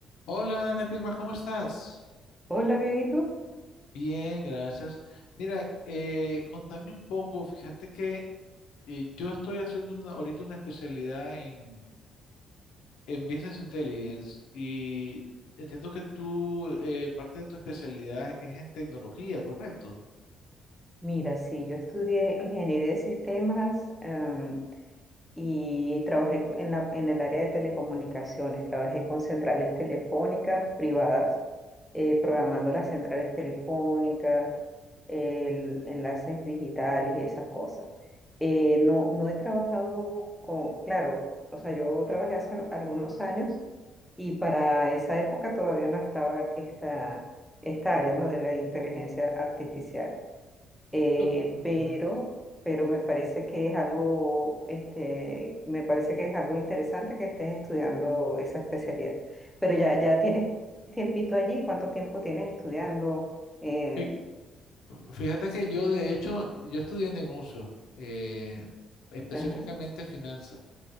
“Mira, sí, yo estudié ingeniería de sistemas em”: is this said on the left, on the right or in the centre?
Centre